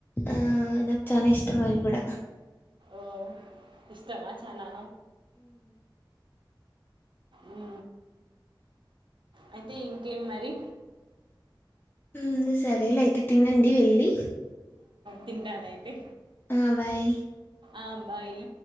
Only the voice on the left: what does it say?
ఆ నాక్ చానా ఇష్టం అవి కూడ
ఉం సరే లె అయితె తినండి వెళ్లి
ఆ బాయ్